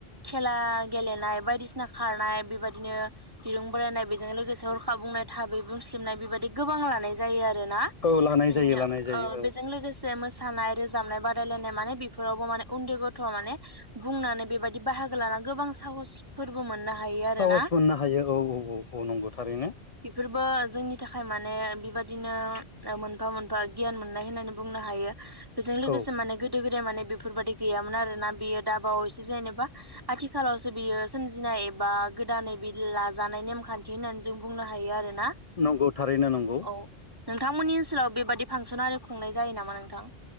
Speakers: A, on the right (about 20°); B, on the left (about 35°).
A: खेला गेलेनाय बायदिसिना खारनाय बेबायदिनो दिरुं बोलायनाय बेजों लोगोसे हरखाब बुंनाय थाबै बुंस्लिबनाय बेबायदि गोबां लानाय जायो आरो आरो ना
B: औ लानाय
A: ओ
B: जायो लानाय जायो
A: ओम
B: औ
A: बेजों लोगोसे बे मोसानाय रोजाबनाय बादायलायनाय माने बेफोरावबो माने उन्दै गथ'आ माने बुंनानै बेबायदि बाहाय बाहागो लाना गोबां साहसफोरबो मोननो हायो आरोना।
B: साहस मोननो हायो औ औ औ औ नंगौ थारैनो।
A: बेफोरबो जोंनि थाखाय माने बेबादिनो मोनफा मोनफा गियान मोननाय होननानै बुंनो हायो। बेजों लोगोसे
B: औ
A: माने गोदो गोदाय माने बेफोरबायदि गैयामोन आरोना बियो दाबावैसो जेनेबा आथिखालावसो बियो सोमजिनाय बा गोदानै बे लाजानाय नेमखान्थि होननानै जों बुंनो हायो आरोना। ना।
B: नंगौ थारैनो नंगौ
A: औ नोंथांमोननि ओनसोलाव बेबादि फांसन आरो खुंनाय जायो नामा नोंथां?